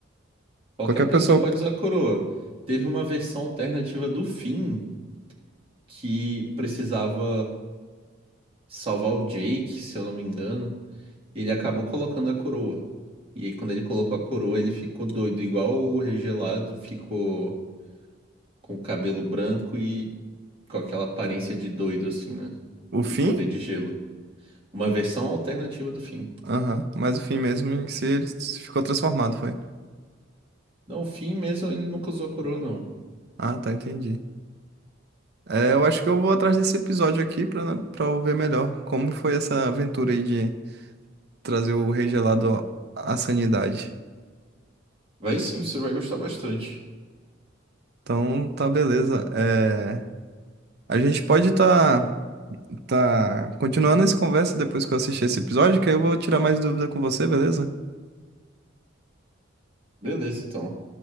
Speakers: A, on the right (about 30°); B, on the right (about 55°).
A: Qualquer
B: qualquer
A: pessoa
B: pessoa
A: pode usar a coroa. Teve uma versão alternativa do Finn que precisava salvar o Jake, se eu não me engano. Ele acabou colocando a coroa. E aí, quando ele colocou a coroa, ele ficou doido, igual o regelado ficou com o cabelo branco e com aquela aparência de doido, assim, né?
B: o
A: E
B: fim?
A: o poder de gelo. Uma versão alternativa do Finn.
B: Aham, mas o fim mesmo em si ele ficou transformado, foi.
A: Não, o Finn mesmo, ele nunca usou a coroa, não.
B: Ah, tá, entendi. É, eu acho que eu vou atrás desse episódio aqui pra para ver melhor como foi essa aventura aí de trazer o rei gelado à sanidade.
A: Vai sim, você vai gostar bastante.
B: Então, tá beleza. É, a gente pode tá, tá continuando essa conversa depois que eu assistir esse episódio, que aí eu vou tirar mais dúvida com você, beleza?
A: Beleza, então.